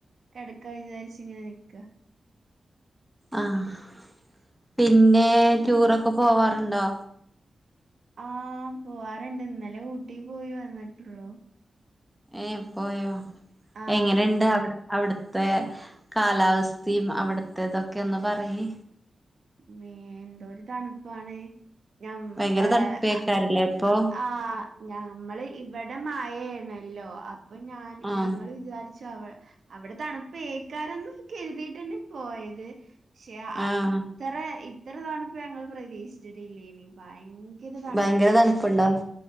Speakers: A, on the right; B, in the centre.
A: കിടക്കാ വിചാരിച്ച് ഇങ്ങനെ നിക്കാ
B: ആഹ് പിന്നെ ടൂറൊക്കെ പോവാറുണ്ടോ
A: ആഹ് പോവാറുണ്ട് ഇന്നലെ ഊട്ടി പോയി വന്നിട്ടുള്ളൂ
B: ഏഹ് പോയോ
A: ആഹ്
B: എങ്ങനെയുണ്ട് അവിടെ അവിടുത്തെ കാലാവസ്ഥയും അവിടുത്തെ ഇതൊക്കെ ഒന്ന് പറയ്
A: മേ എന്തോരു തണുപ്പാണ് ഞം
B: ഭയങ്കര
A: ഏഹ്
B: തണുപ്പെയിക്കാരല്ലേ ഇപ്പോ
A: ആഹ് ഞമ്മള് ഇവിടെ മയയാണല്ലോ അ അപ്പൊ ഞാൻ
B: ആഹ്
A: ഞങ്ങള് വിചാരിച്ചു അവി അവിടെ തണുപ്പ്‌ ഏക്കാനൊന്നും കരുതിയിട്ടെന്നെ പോയത് പക്ഷെ
B: ആഹ്
A: ഇത്ര ഇത്ര തണുപ്പ് ഞങ്ങള് പ്രതീക്ഷിച്ചിട്ടില്ലേനി, ഭയങ്കര തണുപ്പായിരുന്നു
B: ഭയങ്കര തണുപ്പുണ്ടാവും